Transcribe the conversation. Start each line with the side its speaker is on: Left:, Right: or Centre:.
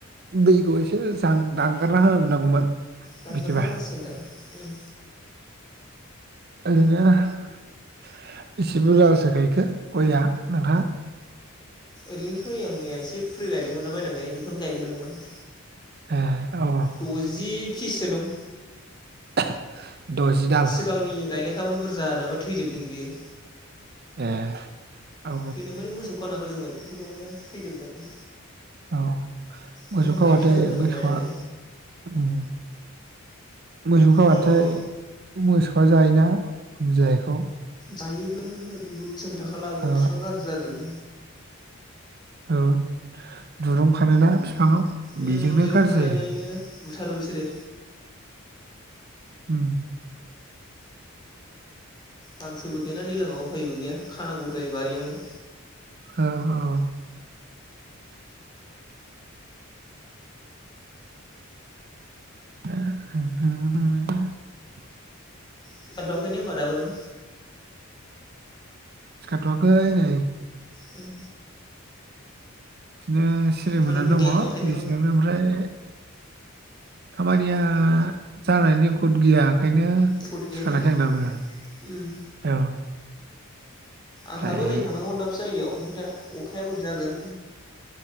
Right: दैखौ एसे जानो दानगारना होनो मोननांगौमोन।
Left: दानगारना
Right: बिदिबा
Left: होनांसिगोन दा। उम
Right: ओरैनो बेसे बुरजासो गायखो गयाआ नोंथा?
Left: ओरैनोथ' नै आं मैया एसे फुलि लायदोंमोनना बायनानै बेखौनो गायगोरदोंमोन आं।
Right: ए औ
Left: द'जि फिससो दं।
Right: <unintelligible> दाल
Left: सिगांनि गायनाय फोर बुरजा नाबा थैजोबदों बियो।
Right: ए औ
Left: थैनो माने मोसौ होना होदोंमोन उमफ्राय बावनो थैजोबदों।
Right: औ
Left: ओंखायनो
Right: मोसौ खाबाथाय
Left: गायफिननांगौ जादों
Right: मोसौआ
Left: बायनानै।
Right: उम मोसौखाबाथाय
Left: औ औ।
Right: मोसौ जायोना बिजयैखौ
Left: जायोबो हो जि बोगथिं बोगथा खालामो
Right: ओ
Left: बिफां गाज्रि जाजोबो।
Right: औ दुारुं फानो ना फि फाङाव
Left: उम
Right: बेजोंनो
Left: दिरुं
Right: गाज्रि
Left: फाननानैनो
Right: जायो।
Left: बुथारो बिसोरो।
Right: ओम
Left: गांसोबो गैला दैज्लाङाव उफायबो गैया खानांगौबो जायो बारियावनो।
Right: औ औ <unintelligible>
Left: सिखादथ'वाखैने होम्बा दाबो नों
Right: सिखादथ'आखै नै।
Left: ओम
Right: थिनो सिरि
Left: खामानिफोर
Right: मोननानै
Left: गैया
Right: दङ
Left: खोमा ओंखायनो
Right: बिसिनायावनो ओमफ्राय खामानिया जानायनि गद गैया। ओंखायनो
Left: गथ गैयानिया
Right: सिखाराखै आंबाबो।
Left: उम।
Right: औ। ओमफ्राय
Left: आंहाबो नै थनांगौमोन दाबसे जायगायाव ओमफ्राय दा अ अखाया बोरै जागोन।